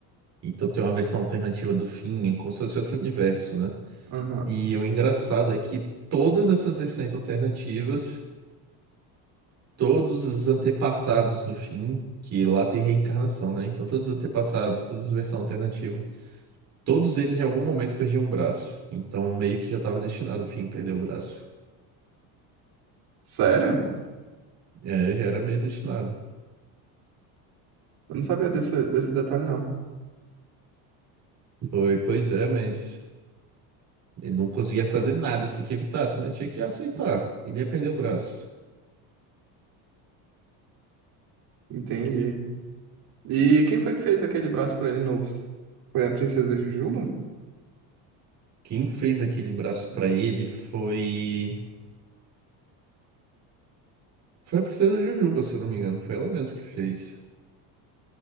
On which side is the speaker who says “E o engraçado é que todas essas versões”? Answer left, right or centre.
Right